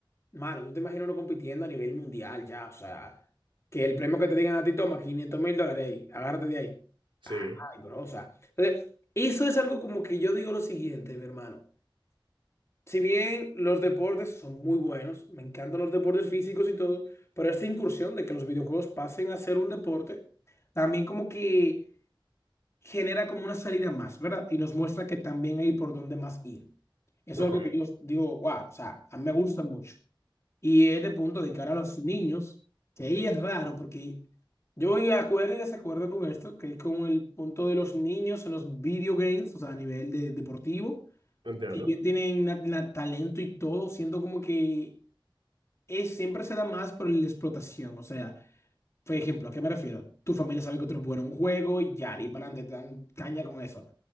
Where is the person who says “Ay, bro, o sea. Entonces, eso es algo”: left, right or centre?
Left